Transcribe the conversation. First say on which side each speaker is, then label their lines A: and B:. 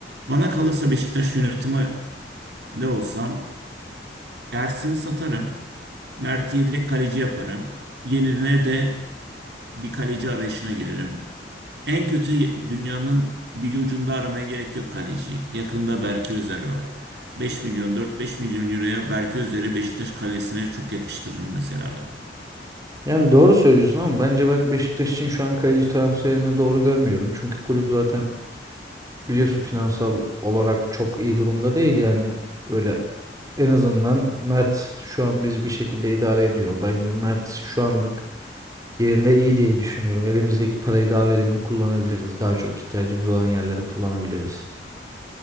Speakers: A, on the right (about 65°); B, on the right (about 20°).
A: Bana kalırsa Beşiktaş yönetimi de olsam Ersin'i satarım. Mert'i yedek kaleci yaparım. Yerine de bir kaleci arayışına girerim. En kötü dünyanın bir ucunda aramaya gerek yok kaleci. Yakında Berke Özer var. 5 milyon 4-5 milyon euroya Berke Özer'i Beşiktaş kalesine çok yakıştırırım mesela ben.
B: Yani doğru söylüyorsun ama bence ben Beşiktaş için şu an kaleci transferini doğru görmüyorum. Çünkü kulüp zaten biliyorsun finansal olarak çok iyi durumda değil yani. Böyle En azından Mert şu an biz bir şekilde idare ediyor. Bence Mert şu anlık yerinde iyi diye düşünüyorum. Elimizdeki parayı daha verimli kullanabiliriz. Daha çok ihtiyacımız olan yerlere kullanabiliriz.